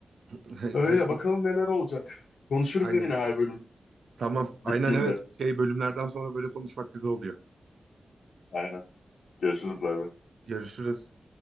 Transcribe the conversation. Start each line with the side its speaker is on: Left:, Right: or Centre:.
Right: <laughs>
Left: Öyle
Right: Hadi
Left: bakalım
Right: bakalım.
Left: neler olacak. Konuşuruz
Right: Aynen.
Left: yine her bölüm
Right: Tamam. Aynen
Left: bittiğinde.
Right: evet. Şey bölümlerden sonra böyle konuşmak güzel oluyor.
Left: Aynen. Görüşürüz bay bay.
Right: Görüşürüz.